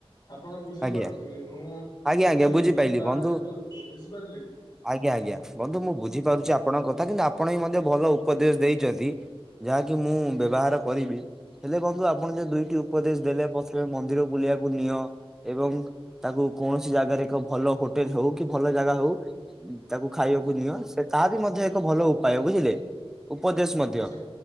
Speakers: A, on the left; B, in the centre.
A: ଆପଣ ବୁଝିପାରୁଥିବେ
B: ଆଜ୍ଞା
A: ଭୋ
B: ଆଜ୍ଞା
A: ଭଉଣୀ
B: ଆଜ୍ଞା
A: ହଉଛି
B: ବୁଝିପାଇଲି
A: ମା
B: ବନ୍ଧୁ
A: ର ଏକ ରୂପ ବୁଝିପାରିଲେ?
B: ଆଜ୍ଞା ଆଜ୍ଞା ବନ୍ଧୁ ମୁଁ ବୁଝିପାରୁଛି ଆପଣଙ୍କ କଥା କିନ୍ତୁ ଆପଣ ହିଁ ମଧ୍ୟ ଭଲ ଉପଦେଶ ଦେଇଛନ୍ତି। ଯାହାକି ମୁଁ ବ୍ୟବହାର କରିବି। ହେଲେ ବନ୍ଧୁ ଆପଣ ଯ ଦୁଇଟି ଉପଦେଶ ଦେଲେ ପଥରେ ମନ୍ଦିର ବୁଲିବାକୁ ନିଅ। ଏବଂ ତାକୁ କୌଣସି ଜାଗାରେ ଏକ ଭଲ ହୋଟେଲ ହଉ କି ଭଲ ଜାଗା ହଉ। ତାକୁ ଖାଇବାକୁ ନିଅ ସେ ତାହା ବି ମଧ୍ୟ ଏକ ଭଲ ଉପାୟ ବୁଝିଲେ। ଉପଦେଶ ମଧ୍ୟ
A: ଆଚ୍ଛା